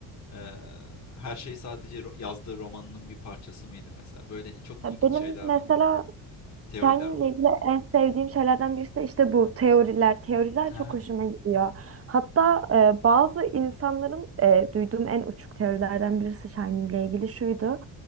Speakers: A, on the left; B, on the right.
A: eee, her şey sadece ro- yazdığı romanının bir parçası mıydı mesela? Böyle çok
B: Ya
A: ilginç
B: Benim
A: şeyler
B: mesela
A: var, teoriler
B: Shining
A: var.
B: ile ilgili en sevdiğim şeylerden birisi de işte bu teoriler. Teoriler
A: Ha?
B: çok hoşuma gidiyor. Hatta e, bazı insanların e, duyduğum en uçuk teorilerden birisi Shining ile ilgili şuydu.